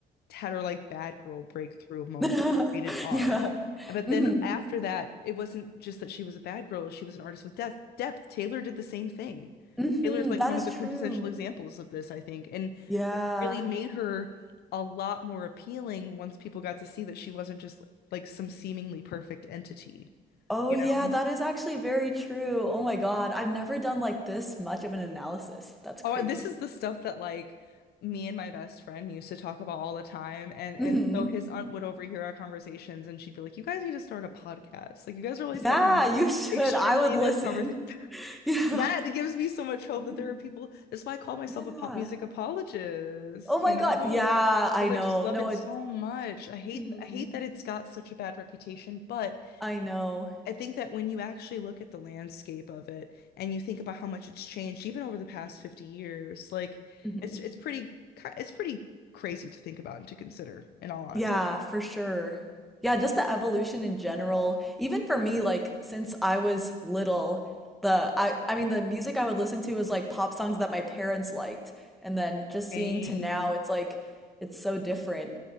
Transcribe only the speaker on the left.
had her like bad girl breakthrough moment,
rated R.
But
then after that, it wasn't just that she was a bad girl, she was an artist with depth. depth. Taylor did the same thing.
Taylor's like
one
of the
quintessential examples of this, I think. And
it really made her a lot more appealing once people got to see that she wasn't just like some seemingly perfect entity,
you
know?
Oh,
this is the stuff that like me and my best friend used to talk about all the time. And and
so his aunt would overhear our conversations and she'd be like, You guys need to start a podcast. Like you guys are always
having these
extremely
in-depth
conversations.
<laughs>
That gives me so much hope
that there are people. That's why I call myself
a pop music apologist,
you know?
Because
I just love
it
so much. I hate
I hate that it's got such a bad reputation, but
I think that when you actually look at the landscape of it and you think about how much it's changed even over the past 50 years, like
it's it's pretty ki- it's pretty crazy to think about and to consider in all honesty.
Same.